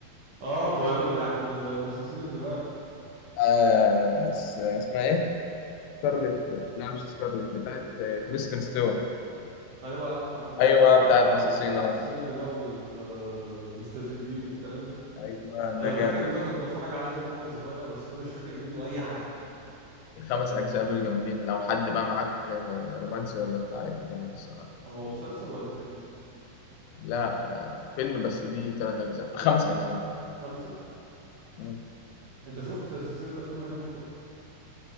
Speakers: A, on the right; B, on the left.
A: اه تويلايت بتاعت المصاصين الدماء
B: آه اس- اسمها ايه؟ سكارلت لا مش سكارلت بتاعت آه، كريستين ستيوارت
A: ايوه عارف يا عم اللي
B: ايوه
A: هو مش بتاع
B: بتاعت مصاصينا
A: المصاصين الدماء والمستذئبين والكلام ده
B: ايوه
A: انا
B: ده
A: فاكر
B: جامد
A: ان انا كنت بتفرج عليه زمان وانا صغير بس انا مش فاكر منه اي حاجه
B: الخمس أجزاء دول جامدين لو حد بقى معاك آه، رومانسي ولا بتاع يبقى جامد الصراحة
A: هو مسلسل ولا فيلم
B: لا آه، فيلم بس دي تلات أجزاء خمس أجزاء
A: خمسة
B: مم.
A: انت شفت سلسله افلام هاري بوتر